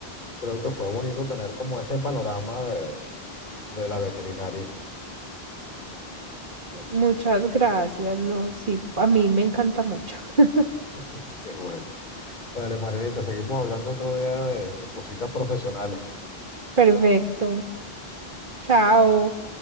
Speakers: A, on the left; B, on the right.
A: Creo que fue bonito tener como ese panorama de, de la veterinaria.
B: Muchas gracias, no, sí, a mí me encanta mucho. <laughs>
A: <laughs> Qué bueno. Dale, Marianita, seguimos hablando otro día de de cositas profesionales.
B: Perfecto. Chao.